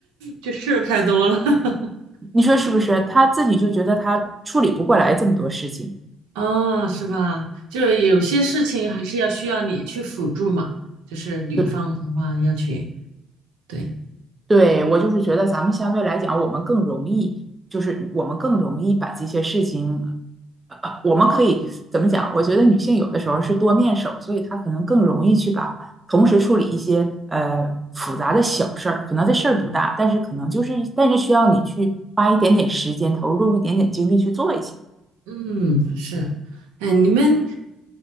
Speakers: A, on the right (about 85°); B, on the right (about 20°).
A: 就事儿太多了，<laughs>
B: 你说是不是？他自己就觉得他处理不过来这么多事情。
A: 啊，是吧？就是有些事情还是要需要你去辅助嘛，就是女方的话要去，
B: 对，
A: 对，
B: 对，我就是觉得咱们相对来讲，我们更容易，就是我们更容易把这些事情呃，我们可以怎么讲？我觉得女性有的时候是多面手，所以她可能更容易去把同时处理一些呃复杂的小事儿，可能这事儿不大，但是可能就是但是需要你去花一点点时间，投入一点点精力去做一些。
A: 嗯，是，哎，你们